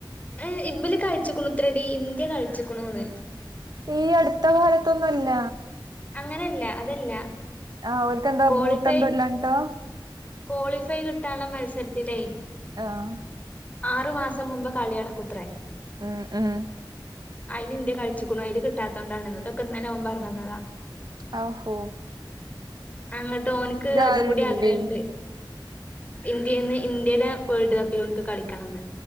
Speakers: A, on the left; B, on the right.
A: ഏ ഇബലി കഴിച്ചിക്കണുത്രടി ഇന്ത്യ കളിച്ചിക്കണന്ന്
B: ഈ അടുത്ത കാലത്തൊന്നുംല്ല
A: അങ്ങനെയല്ല അതല്ല
B: ആ് ഓൽക്കെന്താ
A: ക്വാളിഫൈ
B: ബൂട്ടെന്താ ല്ലാഞ്ഞിട്ട
A: ക്വാളിഫൈ കിട്ടാനുള്ള മത്സരത്തിലേ
B: ആഹ്
A: ആറു മാസം മുമ്പ് കളി നടകുത്രേ
B: മ്മ്ഹ് മ്മ്ഹ്
A: അതില് ഇന്ത്യ കളിച്ചക്ക്ണു അയ്ല് കിട്ടാത്തോണ്ടാണ് ഇതൊക്കെ ന്നലെ ഓൻ പറഞ്ഞതാ
B: ആഹോ
A: അന്ന്ട്ട് ഓനിക്ക് അതും
B: ആരും
A: കൂടി ആഗ്രഹുണ്ട്
B: ഇല്ലേ
A: ഇന്ത്യന്ന് ഇന്ത്യയിലെ വേൾഡ് കപ്പിലോൻക്ക്‌ കളിക്കണംന്ന്